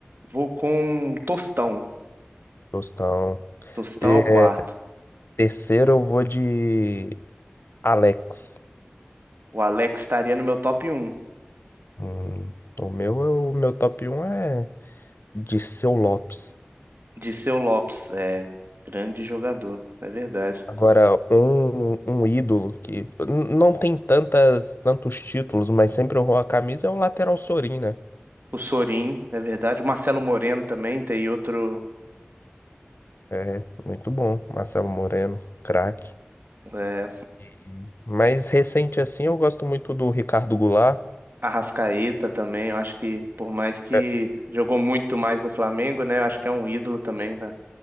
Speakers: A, on the right; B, on the left.
A: vou com Tostão.
B: Tostão.
A: Tostão
B: E,
A: é o quarto.
B: é, terceiro, eu vou de Alex.
A: O Alex estaria no meu top um.
B: Hum, o meu, é o meu top um é de Seu Lopes.
A: Dirceu Lopes, é grande jogador, é verdade.
B: Agora, um, um ídolo que n- não tem tantas, tantos títulos, mas sempre honrou a camisa é o lateral Sorin, né?
A: O Sorin, é verdade. O Marcelo Moreno também, tem outro.
B: É, muito bom. Marcelo Moreno, craque.
A: É,
B: Uhum. Mas recente assim, eu gosto muito do Ricardo Goulart.
A: Arrascaeta também, eu acho que, por mais que
B: É,
A: jogou muito mais no Flamengo, né? Eu acho que é um ídolo também da,